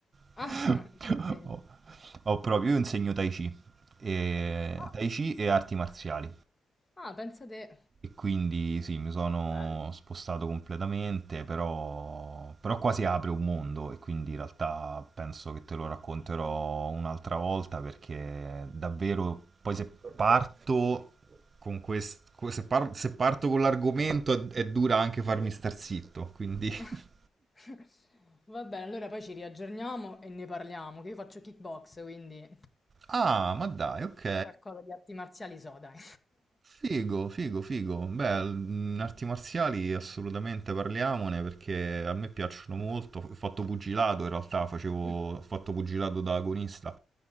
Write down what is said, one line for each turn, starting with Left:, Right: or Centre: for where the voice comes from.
Right: <laughs>
Left: Ah, che segni.
Right: Ho, ho proprio, io insegno Tai Chi, e,
Left: Ah,
Right: Tai Chi e arti marziali.
Left: Ah, pensa te.
Right: E quindi sì, mi sono
Left: bello.
Right: spostato completamente, però, però qua si apre un mondo e quindi in realtà penso che te lo racconterò un'altra volta perché davvero poi se parto con questo, se, par- se parto con l'argomento è, è dura anche farmi star zitto, quindi... <laughs>
Left: <laughs> Va bene, allora poi ci riaggiorniamo e ne parliamo, che io faccio kickbox, quindi
Right: Ah, ma dai, ok.
Left: qualcosa di arti marziali so, dai.
Right: Figo, figo, figo. Beh, mm, arti marziali assolutamente parliamone perché a me piacciono molto. Ho fatto pugilato in realtà, facevo,
Left: Mm.
Right: ho fatto pugilato da agonista